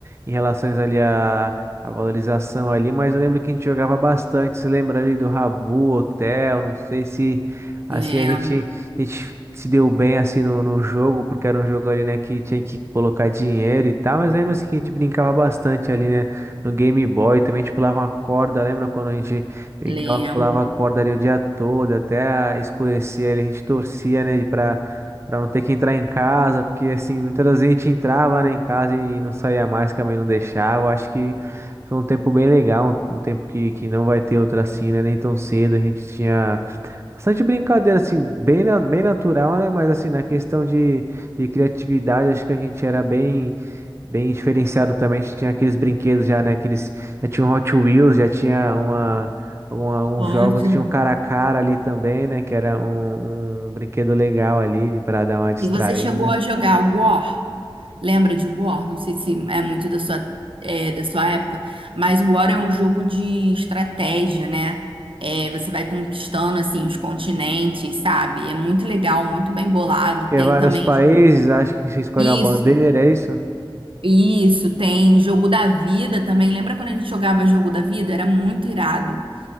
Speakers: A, on the right; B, on the right.
A: em relações ali à à valorização ali, mas eu lembro que a gente jogava bastante. Você lembra ali do Rabu, Hotel, não sei se assim
B: Lembro,
A: a gente, a gente se deu bem assim no, no jogo, porque era um jogo ali, né, que tinha que colocar dinheiro e tal, mas lembra assim, que a gente brincava bastante ali, né, no Game Boy, também a gente pulava uma corda, lembra quando a gente Pegava,
B: lembro.
A: pulava a corda ali o dia todo, até escurecer, ali a gente torcia, né, pra, pra não ter que entrar em casa, porque assim, muitas vezes a gente entrava, né, em casa e não saía mais, que a mãe não deixava. Acho que foi um tempo bem legal, um, um tempo que, que não vai ter outro assim, né, nem tão cedo. A gente tinha. Bastante brincadeira, assim, bem, na- bem natural, né? Mas assim, na questão de, de criatividade, acho que a gente era bem, bem diferenciado também. A gente tinha aqueles brinquedos já, né? Aqueles, já tinha um Hot Wheels, já tinha uma, alguma- alguns
B: Ótimo.
A: jogos, tinha um cara a cara ali também, né? Que era um, um brinquedo legal ali para dar uma distraída.
B: E você chegou a jogar War? Lembra de War? Não sei se é muito da sua, é, da sua época, mas War é um jogo de estratégia, né? É, você vai conquistando assim os continentes, sabe? É muito legal, muito bem bolado.
A: Que
B: Tem
A: é vários
B: também
A: países, acho que você escolhe
B: isso,
A: uma bandeira, é isso?
B: isso. Tem jogo da vida também. Lembra quando a gente jogava jogo da vida? Era muito irado.